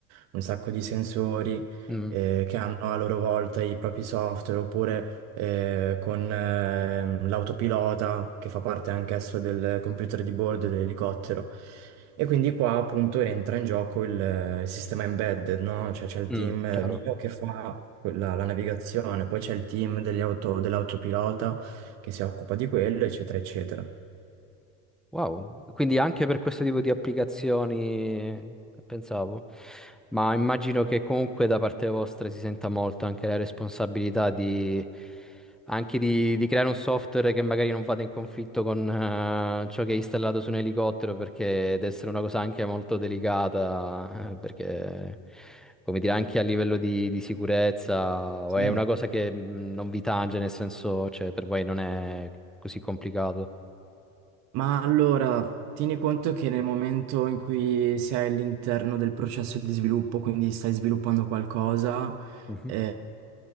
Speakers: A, on the right; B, in the centre.
A: un sacco di sensori
B: Mm,
A: eh, che hanno a loro volta i propri software oppure eh, con ehm, l'autopilota che fa parte anch'esso del computer di bordo dell'elicottero. E quindi qua appunto entra in gioco il, eh, il sistema embedded, no? Cioè c'è il
B: mm,
A: team eh,
B: chiaro.
A: mio che fa quella- la navigazione, poi c'è il team degli auto- dell'autopilota che si occupa di quello, eccetera, eccetera.
B: Wow, quindi anche per questo tipo di applicazioni eh, pensavo, ma immagino che comunque da parte vostra si senta molto anche la responsabilità di, anche di, di creare un software che magari non vada in conflitto con eh, ciò che è installato su un elicottero, perché deve essere una cosa anche molto delicata, eh, perché come dire anche a livello di, di sicurezza o
A: Sì.
B: è una cosa che mh, non vi tange, nel senso, cioè per voi non è così complicato.
A: Ma allora, tieni conto che nel momento in cui sei all'interno del processo di sviluppo, quindi stai sviluppando qualcosa,
B: Mhm.
A: eh,